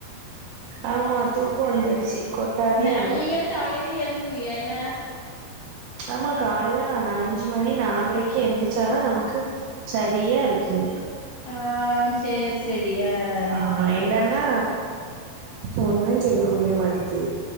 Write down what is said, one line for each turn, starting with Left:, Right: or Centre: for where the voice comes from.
Right: ஆமா தூக்கோ வந்துடுச்சு கொட்டாவியா
Left: அப்ப நீங்களு காலையிலயே எழும்புவியே என்ன
Right: ஆமா காலையில நா அஞ்சு மணி நால்ரைக்கு எந்திரிச்சாதா நமக்கு சரியா இருக்குது
Left: ஆ சேர் செரி ஆ ஆ
Right: ஆமா நா இல்லன்னா ஒண்ணு செய்ய முடிய மாட்டிக்குது